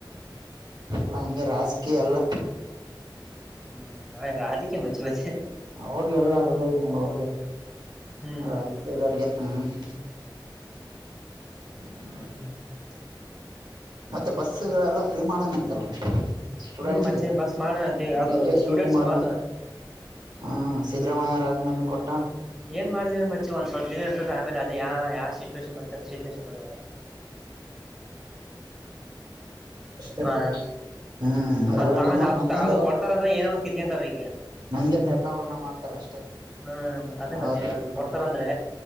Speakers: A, on the right; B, in the centre.
A: ಎಲ್ಲ ಹಂಗೆ ರಾಜಕೀಯ ಎಲ್ಲ
B: ಹ್ಮ ಹ ರಾಜಿ ಕೆ ಮಜು ಬಜ
A: ಅವ್ರಿಗೆಲ್ಲ ಅದೆಲ್ಲ ಇದನ ಅವ್ರಿಗೆ
B: ಹ್ಮ್
A: ರಾಜಕೀಯದವರ್ಗೆ
B: ಹ್ಮ್ ಹ್ಮ್
A: ಹ್ಮ್ <inaudible> ಮತ್ತೆ ಬಸ್ಗಳೆಲ್ಲ ಫ್ರೀ ಮಾಡನಂತಲಾ ಸ್ಟೂಡೆಂಟ್ಸ್ಗೆ
B: ಹ್ಮ್ ಮಚ್ಚಿ ಬಸ್ ಮಾಡೋಣಂತ ಈಗ
A: ಡಿ
B: ಅದು
A: ಕೆ ಶಿವಕುಮಾರ್
B: ಸ್ಟೂಡೆಂಟ್ಸ್ ಮಾತ್ರ
A: ಹ ಸಿದ್ದರಾಮಯ್ಯ. <unintelligible>
B: ಏನ್ ಮಾಡಿದೇನ್ ಮಚ್ಚಿ ಒಂದ್ ಸ್ವಲ್ಪ ಇದ ಇರ್ತದ ಆಮೇಲೆ ಅದ ಯಾ ಯಾವ ಸಿಚುವೇಶನ್ ಬರ್ತದೆ ಸಿಚುವೇಶನ್ ಮಾಡ.
A: ಅಷ್ಟೇ
B: ಹ
A: ಹ್ಮ್ ಎಲ್ಲ
B: ಅದ ತಗೊಂಡ
A: ನಮ್ಮ
B: ಅ
A: ನಮ್ಮಿಂದ
B: ಅದು ಕೊಡ್ತಾರ ಅಂದ್ರ ಏನೋ ಒಂದ ಕಿತ್ಕೊಂತರ ಈಗೆ.
A: ಹಂಗೆ ಟರ್ನಾವರ್ನ್ ಮಾಡ್ತಾರ. ಅಷ್ಟೇ
B: ಹ್ಮ ಅದೇ
A: ಅವ್ರಗೇನಿಲ್ಲ
B: ಮತ್ತೆ ಕೊಡ್ತಾರ
A: ನಮ್ಗ
B: ಅಂದ್ರೆ